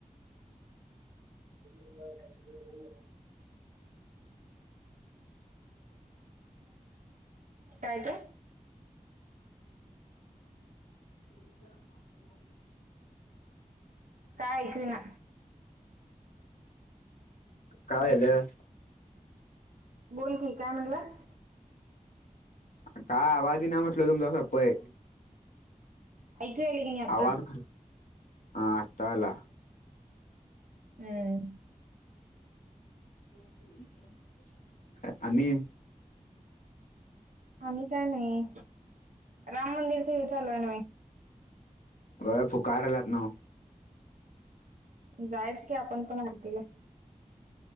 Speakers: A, on the right (about 70°); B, on the left (about 70°).
A: <inaudible> काय ते
B: <inaudible>
A: काय ऐकवी ना.
B: काय यालं?
A: बोल की काय म्हणलास?
B: काय आवाजही ना म्हटल तुमचां सप्पये.
A: ऐकू आले की नाही आता
B: आवाज खर हा आता आला.
A: ऐ
B: <inaudible> अ आणि
A: आणि काय नई. राम मंदिरचे हे चालू हाय न्हवे
B: व्हय फुकाराल्यात न्हव.
A: जायच की आपण पण आरतीला.